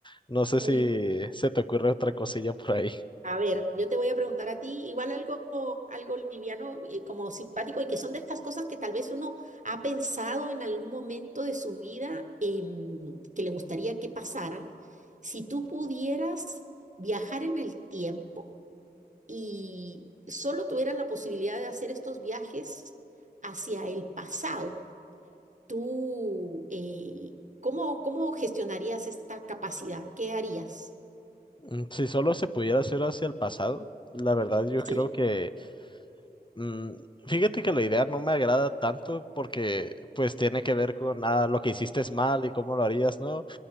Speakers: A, on the left; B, on the right.
A: No sé si
B: Muy bien.
A: se te ocurre otra cosilla por ahí.
B: A ver, yo te voy a preguntar a ti igual algo, algo liviano, eh, como simpático, y que son de estas cosas que tal vez uno ha pensado en algún momento de su vida em, que le gustaría que pasaran. Si tú pudieras viajar en el tiempo. y solo tuvieras la posibilidad de hacer estos viajes hacia el pasado, tú, eh, ¿cómo, cómo gestionarías esta capacidad? ¿Qué harías?
A: Mm, Si solo se pudiera hacer hacia el pasado, la verdad yo
B: Sí,
A: creo que, mm, fíjate que la idea no me agrada tanto porque pues tiene que ver con ah, lo que hiciste es mal y cómo lo harías, ¿no?